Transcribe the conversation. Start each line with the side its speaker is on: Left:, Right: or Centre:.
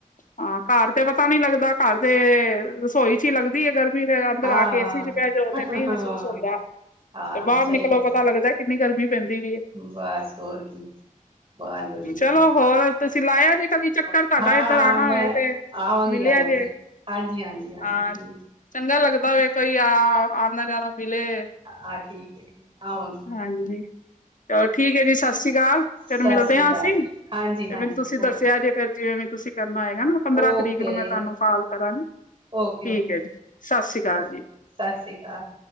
Left: ਹਾਂ, ਘਰ ਤੇ ਪਤਾ ਨੀ ਲੱਗਦਾ, ਘਰ ਤੇ ਰਸੋਈ ਚ ਹੀ ਲੱਗਦੀ, ਅਗਰ ਗਰਮੀ, ਤੇ ਅੰਦਰ
Right: ਹਾਂ
Left: ਆ ਕੇ ਏਸੀ ਚ, ਬਹਿ ਜਾਓ
Right: ਹਾਂ
Left: ਤੇ ਨਹੀਂ ਮਹਿਸੂਸ
Right: ਹਾਂ
Left: ਹੁੰਦਾ,
Right: ਹਾਂ
Left: ਤੇ ਬਾਹਰ
Right: ਸਹੀ
Left: ਨਿਕਲੋ
Right: ਗੱਲ
Left: ਪਤਾ ਲੱਗਦਾ। ਕਿੰਨੀ, ਗਰਮੀ ਪੈਂਦੀ ਪਈ ਹੈ।
Right: ਬਸ ਹੋਰ ਕੀ, ਬਾਹਰ ਗਰਮੀ
Left: ਚਲੋ
Right: ਹੈ।
Left: ਹੋਰ, ਤੁਸੀਂ ਲਾਇਆ ਜੇ ਕਦੇ ਚੱਕਰ। ਤੁਹਾਡਾ
Right: ਹਾਂ-ਹਾਂ,
Left: ਇੱਧਰ ਆਣਾ
Right: ਮੈਂ
Left: ਹੋਏ ਤੇ
Right: ਆਵਾਂਗੀ-
Left: ਮਿਲਿਆ
Right: ਆਵਾਂਗੀ,
Left: ਜੇ
Right: ਹਾਂਜੀ -ਹਾਂਜੀ, ਹਾਂਜੀ
Left: ਹਾਂ
Right: ਠੀਕ।
Left: ਚੰਗਾ ਲੱਗਦਾ ਵੇ, ਕੋਈ ਆ, ਆਉਂਦਾ ਜਾਂਦਾ ਮਿਲੇ।
Right: ਆਹ, ਠੀਕ ਹੈ, ਠੀਕ ਆਵਾਂਗੀ।
Left: ਹਾਂਜੀ। ਚਲੋ ਠੀਕ ਹੈ ਜੀ, ਸਤਿ ਸ੍ਰੀ ਅਕਾਲ
Right: ਸਤਿ
Left: ਫੇਰ ਮਿਲਦੇ
Right: ਸ਼੍ਰੀ
Left: ਹਾਂ
Right: ਅਕਾਲ
Left: ਅਸੀਂ,
Right: ਹਾਂਜੀ
Left: ਤੇ
Right: ਹਾਂਜੀ
Left: ਮੈਨੂੰ ਤੁਸੀਂ
Right: ਓਕੇ
Left: ਦੱਸਿਆ ਜੇ ਫੇਰ। ਜਿਵੇਂ ਵੀ, ਤੁਸੀਂ ਕਰਨਾ ਹੈਗਾ ਨਾ। ਪੰਦਰਾਂ
Right: ਓਕੇ
Left: ਤਰੀਕ ਨੂੰ, ਮੈਂ ਤੁਹਾਨੂੰ ਕਾਲ ਕਰਾਂਗੀ,
Right: ਓਕੇ
Left: ਠੀਕ
Right: ਓਕੇ
Left: ਹੈ ਜੀ, ਸਤਿ ਸ਼੍ਰੀ ਅਕਾਲ
Right: ਓਕੇ
Left: ਜੀ।
Right: ਸਤਿ ਸ੍ਰੀ ਅਕਾਲ।